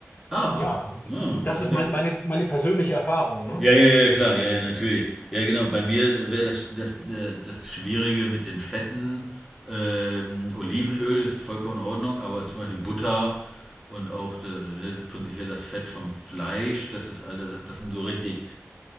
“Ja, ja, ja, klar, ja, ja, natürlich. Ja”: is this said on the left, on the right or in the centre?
Centre